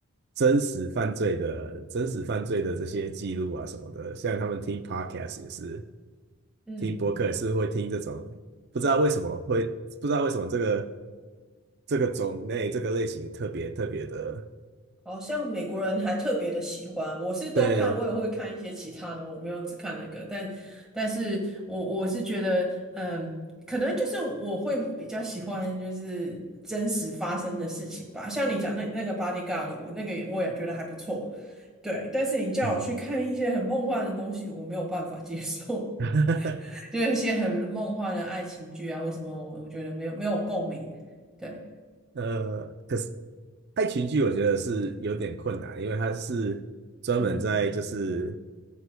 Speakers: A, on the right; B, in the centre.
A: 真实犯罪的、真实犯罪的这些记录啊什么的，像他们听 podcast 也是，
B: 嗯。
A: 听播客也是会听这种，不知道为什么会，不知道为什么这个这个种类、这个类型特别特别的，
B: 好像美国人还特别的喜欢，我是都看，
A: 对，
B: 我也会看一些其他的，我没有只看那个，但但是我我是觉得，嗯，可能就是我会比较喜欢就是真实发生的事情吧，像你讲那那个 Bodyguard，的我那个也我也觉得还不错，对，但是你叫我去看一些很梦幻的东西，
A: 嗯。
B: 我没有办法接受，
A: <laughs>
B: <laughs> 就是一些很梦幻的爱情剧啊或什么，我我觉得没有没有共鸣，对，
A: 呃，可是爱情剧我觉得是有点困难，因为它是专门在就是
B: 嗯，